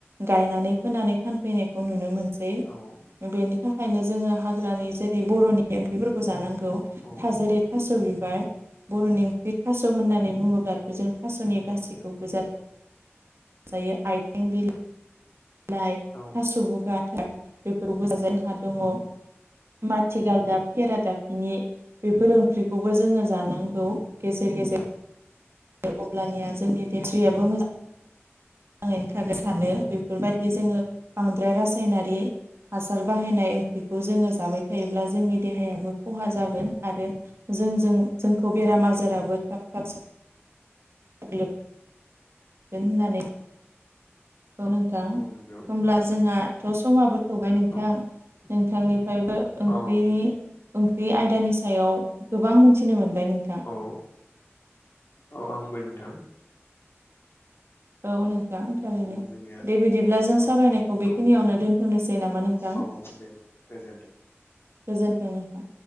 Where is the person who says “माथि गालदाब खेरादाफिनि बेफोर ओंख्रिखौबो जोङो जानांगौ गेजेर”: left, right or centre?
Right